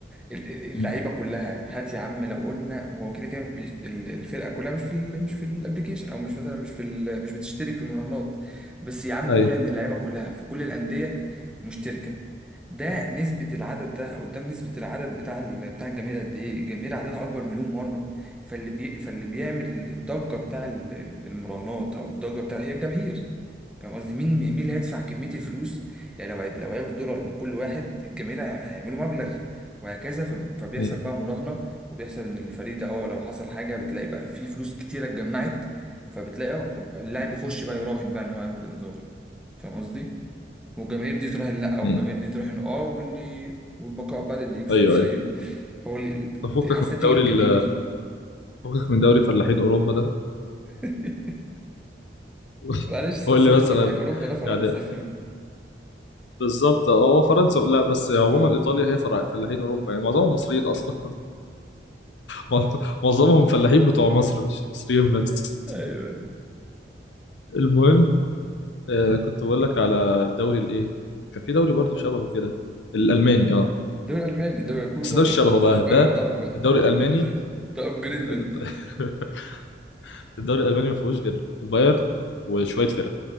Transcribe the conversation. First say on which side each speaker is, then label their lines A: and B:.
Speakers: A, in the centre; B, on the left.
A: ال- اللعيبه
B: امم
A: كلها هات يا عم لو قلنا هو كده كده مش- ال- الفرقه كلها مش في ال مش في الابليكيشن او مش مثلا مش في ال مش بتشترك في المراهنات بس يا عم
B: ايوه
A: قول ان اللعيبه كلها في كل الانديه مشتركه ده نسبة العدد ده قدام نسبة العدد بتاع ال- بتاع الجماهير قد ايه؟ الجماهير عددها أكبر مليون مرة فاللي بي... فاللي بيعمل الضجة بتاع ال- ال- المراهنات أو الضجة بتاع هي الجماهير فاهم قصدي مين مين اللي هيدفع كمية الفلوس يعني لو هي- لو هياخدوا دولار من كل واحد الجماهير هي- هيعملوا مبلغ وهكذا فب- فبيحصل
B: امم
A: بقى مراهنة وبيحصل ان الفريق ده اه لو حصل حاجة بتلاقي بقى في فلوس كتيرة اتجمعت فبتلاقي اه طب اللاعب يخش بقى يراهن بقى ان هو هياخد انذار فاهم قصدي؟ والجماهير دي تراهن لا والجماهير
B: أمم.
A: دي تراهن اه واللي والبقاء بقى للي يكسب
B: ايوه
A: <laughs> فاهم؟
B: ايوه
A: فهو ال-
B: تفكك
A: حاسس
B: من
A: انها بتيجي
B: دوري
A: من الجماهير
B: ال- فكك من دوري فلاحين اوروبا ده
A: <laughs>
B: <laughs>
A: معلش
B: قول
A: سوري
B: لي مثلا
A: فلاحين اوروبا ده فرنسا
B: يعني
A: <laughs>
B: بالظبط هو فرنسا لا بس عموما ايطاليا هي فلاح- فلاحين اوروبا يعني معظمهم مصريين اصلا <laughs> معظمهم فلاحين بتوع مصر مش مصريين بس
A: ايوه
B: المهم آه كنت بقول لك على الدوري الايه كان في دوري برضو شبهه كده الالماني اه
A: دوري الماني ده كله
B: بس
A: ضرب
B: ده مش شبهه
A: ده ما فيهوش
B: بقى
A: بقى
B: ده
A: غير ضرب بقى
B: الدوري الالماني
A: <laughs> ده, ده ابجريد منه
B: ال- <laughs> الدوري الالماني ما فيهوش غير البايرن وشويه فرق